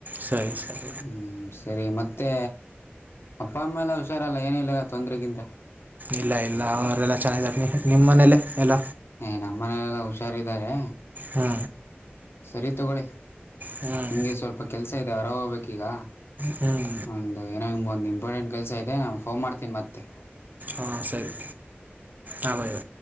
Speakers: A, on the right; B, on the left.
A: ಸರಿ ಸರಿ.
B: ಹ್ಞೂ ಸರಿ ಮತ್ತೆ ಅಪ್ಪ ಅಮ್ಮೆಲ್ಲ ಹುಷಾರಲ್ಲ ಏನಿಲ್ಲಲ್ಲ ತೊಂದರೆಗಿಿಂದರೆ.
A: ಇಲ್ಲ ಇಲ್ಲ ಅವರೆಲ್ಲಾ ಚೆನ್ನ ನಿಮ್ಮ ಮನೇಲ್ಲ ಎಲ್ಲ.
B: ಏ್ ನಮ್ಮ ಮನಲೆಲ್ಲಾ ಹುಷಾರಿದ್ದಾರೆ.
A: ಹಾ.
B: ಸರಿ ತಗೊಳ್ಳಿ
A: ಹ್ಞೂ
B: ಹಗೆ ಸ್ವಲ್ಪ ಕೆಲ್ಸ ಇದೆ ಹೊರ ಹೋಗ್ಬೇಕೀಗ.
A: ಹ್ಞೂ
B: ಒಂದು ಏನೋ ನಿಮ್ೊಂದು ಇಂಪಾರ್ಟೆಂಟ್ ಕೆಲಸ ಇದೆ ನಾನು ಫೋನ್ ಮಾಡತೀನಿ ಮತ್ತೆ.
A: ಹಾಂ ಸರಿ ಹಾ ಬಾಯಿ